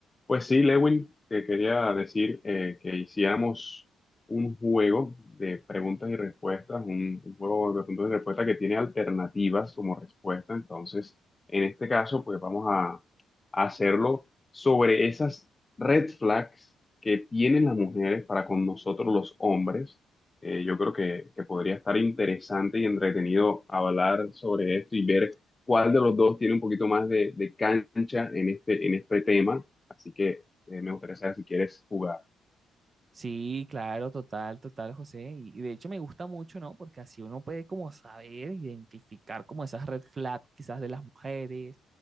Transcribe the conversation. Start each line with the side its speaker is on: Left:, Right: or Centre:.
Left: Pues sí, Lewin, te quería decir eh, que hiciéramos un juego de preguntas y respuestas, un, un juego de preguntas y respuestas que tiene alternativas como respuesta. Entonces, en este caso, pues vamos a, a hacerlo sobre esas red flags que tienen las mujeres para con nosotros los hombres. Eh, yo creo que, que podría estar interesante y entretenido hablar sobre esto y ver cuál de los dos tiene un poquito más de, de cancha en este, en este tema Así que eh, me gustaría saber si quieres jugar
Right: Sí, claro, total, total, José. Y, y de hecho me gusta mucho, ¿no? Porque así uno puede como saber, identificar como esas red flags quizás de las mujeres,